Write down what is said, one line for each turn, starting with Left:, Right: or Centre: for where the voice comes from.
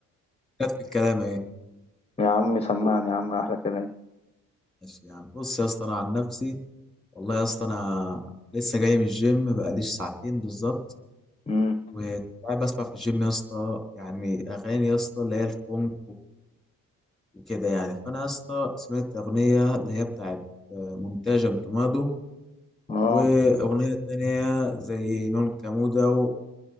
Centre: جت في الكلام اهي
Left: يا عم سمعني يا عم احلى كلام
Centre: ماشي يعني بص يا اسطى انا عن نفسي والله يا اسطى انا لسه جاي من الجيم بقاليش ساعتين بالظبط
Left: امم
Centre: وكنت قاعد بسمع في الجيم يا اسطى يعني اغاني يا اسطى اللي هي الفونك وكده يعني فانا يا اسطى سمعت اغنيه اللي هي بتاعت آه، مونتاج تومادو
Left: اه
Centre: واغنيه تانية زي نون كامودا و-